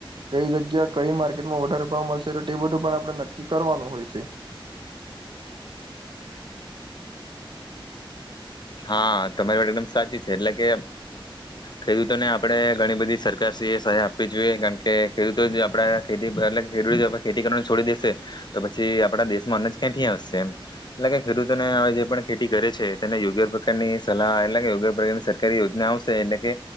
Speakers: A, on the right; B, on the left.
A: કઈ જગ્યા કઈ માર્કેટમાં વધારે મળશે તો તે બધું પણ આપડણે નક્કી કરવાનું હોય છે,
B: હા તમારી માટે એકદમ સાચી છે, એટલે કે ખેડૂતોને આપણે ઘણી બધી સરકાર સહાય આપવી જોઈએ કારણ કે, ખેડૂતો આપડા ખેતી એટ ખેડૂતો ખેતી કરવાને છોડી દેશે તો પછી આપડા દેશમાં અનજ ક્યાં ત્યા હશે એટલે કે ખેડૂતોને હવે જે પણ ખેતી કરે છે, તેને યોગ્ય પ્રકારની સલાહ એટલે કેગ પ્રકારની સરકારી યોજના આવશે એટલે કે